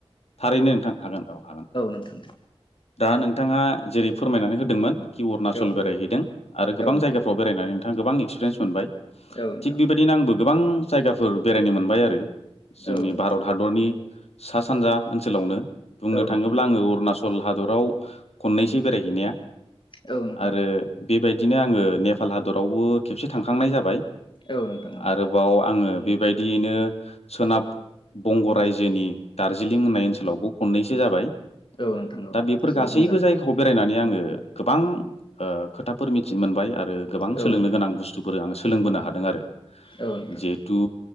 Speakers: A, on the left (about 75°); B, on the left (about 50°).
A: थारैनो नोंथां हागोन औ हागोन
B: औ नोंथां
A: दा नोंथाङा जेरै फोरमायनानै होदोंमोन कि अरुनाचल
B: औ
A: बेरायहैदों आरो गोबां
B: नोंथां
A: जायगाफ्राव बेरायनानै नोंथाङा गोबां एक्सपिरियेन्स मोनबाय।
B: औ नोंथां
A: थिक बेबायदिनो आंबो गोबां जायगाफोर बेरायनो मोनबाय आरो जोंनि
B: औ नोंथां
A: भारत हादरनि सा सानजा ओनसोलावनो बुंनो
B: औ
A: थाङोब्ला
B: नोंथां
A: आङो अरुणाचल सल हादराव खननैसै बेरायहैनाया
B: औ नोंथां
A: आरो बेबाय दिनो आङो नेपाल हादरावबो खेबसे थांखांनाय जाबाय
B: औ नोंथां औ नोंथां
A: आरोबाव आङो बेबायदियैनो सोनाब बंग' रायजोनि दार्जिलिं होननाय ओनसोलावबो खननैसो जाबाय
B: औ नोंथां औ नोंथां औ
A: दा बेफोर
B: जोबोद
A: गासैबो
B: मोजां
A: जायगाखौ बेरायनानै आङो ओ गोबां ओ खोथाफोर मिथिनो मोनबाय आरो गोबां
B: औ
A: सोलोंनो
B: नोंथां
A: गोनां बुस्थुफोर आं सो सोलोंबोनो हादों आरो
B: औ नोंथां
A: जेहेथु
B: औ नोंथां